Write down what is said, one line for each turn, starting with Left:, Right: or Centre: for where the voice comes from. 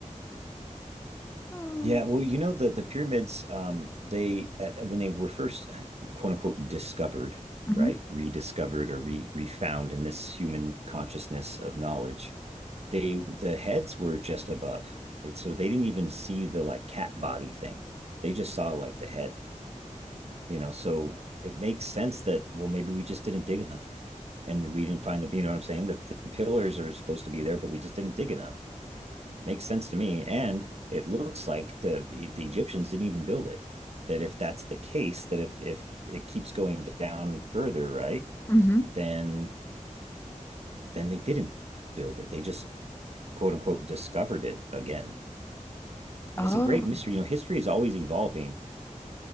Left: Oh,
Right: Yeah, well, you know the the pyramids, um, they at, when they were first <laughs> quote unquote discovered,
Left: hmm
Right: right, rediscovered or re refound in this human consciousness of knowledge, they the heads were just above it, so they didn't even see the like cat body thing. They just saw like the head you know so it makes sense that well maybe we just didn't dig enough and we didn't find the you know what i'm saying the, the pillars are supposed to be there but we just didn't dig enough it makes sense to me and it looks like the the egyptians didn't even build it that if that's the case that if if it keeps going down further right
Left: hmm
Right: then then they didn't build it they just quote unquote discovered it again it's
Left: oh,
Right: a great mystery you know history is always evolving